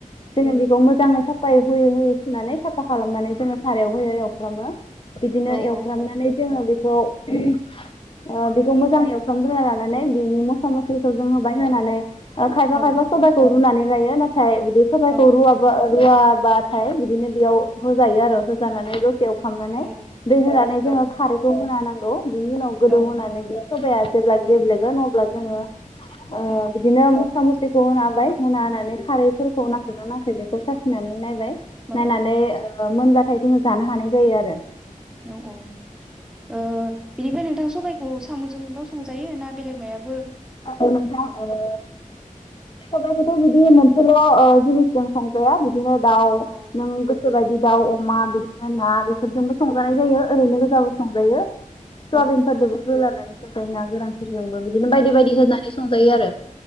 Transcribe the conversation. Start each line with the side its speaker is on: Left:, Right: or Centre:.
Left: जोङो बे खौ मोजाङै साफाहोयै होयै सुनानै साफा खालामनानै जोङो सारायाव होयो एव फ्रामो बिदिनो
Centre: औ
Left: एवफ्रामनानै
Centre: औ
Left: बेखौ ओ बेखौ मोजां एवफ्रामग्रो ला नानै बिनि मस्ला मस्लिखौ जोङो बाय <unintelligible> ओ खायफा
Centre: औ
Left: खायफा
Centre: औ
Left: सबायखौ रुनानै <unintelligible> थाय बिदि सबायखौ
Centre: औ
Left: रुवाबो रुवा बाथाय बिदिनो बेयाव होजायो आरो होजानानै द से एवफ्रामनानै
Centre: औ
Left: दै होनानै
Centre: औ
Left: जोङो होना होनांगौ बिनि उनाव गोदौ
Centre: औ
Left: होना नै बे सबाया जेब्ला गेब्लेगोन अब्ला जोङो आ
Centre: औ
Left: बिदिनो मस्ला मस्लि ज' होना होबाय होना होनानै खारैफोरखौ <unintelligible> नांदोना नाङाखै बेखौ साखिनानै नायबाय
Centre: औ
Left: नायनानै ओ ओ मोनबाथाय जोङो जानो हानाय जायो आरो
Centre: औ औ ओ बिनिफ्राय नोंथां सबायखौ साम'जोंल' संजायो ना बेलेग माइबाफोर
Left: ओ नोंथां ओ सबायखौथ' बिदि मोन सेल' ओ जिनिसजों संजाया बिदिनो दाउ
Centre: औ
Left: नों गोसोबायदि दाउ
Centre: औ
Left: अमा बिदिनो ना बेफोरजोंबो
Centre: औ
Left: संजानाय जायो ओैरैनो गोजाबो संजायो सुवाबिन
Centre: औ
Left: फोरदोबो होलानानै <unintelligible> ना गोरान जोंबो बिदिनो
Centre: औ
Left: बायदि बायदि बिदि होनानै संजायो आरो